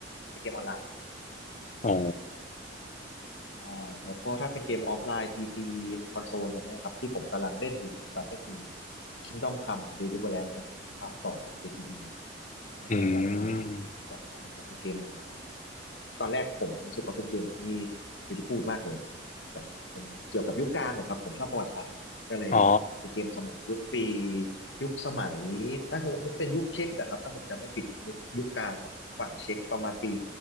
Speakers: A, on the left; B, on the left.
A: ไปเกมออนไลน์
B: อ๋อ
A: ครับใช่แล้วก็ถ้าเป็นเกมออฟไลน์ PC คอนโซลตอนเนี้ยครับที่ผมกำลังเล่นอยู่ปัจจุบันก็คือ Kingdom Come Deliverance นะครับภาคสอง KCD ไม่แน่ใจว่า
B: อืม
A: จากไหมแต่คือเกมมันตอนแรกผมรู้สึกว่าเป็นเกมที่ r ิ a ีกูดมากเลยแต่มันเกี่ยวกับยุคกลางนะครับผมชอบประวัติศาสตร์ก็เลย
B: อ๋อ
A: เป็นเกมสมัยยุคปียุคสมัยถ้าจะบอกว่าเป็นยุคเช็กอะครับถ้าผมจำไม่ผิดเป็นยุคยุคกลางของฝั่งเช็กประมาณปี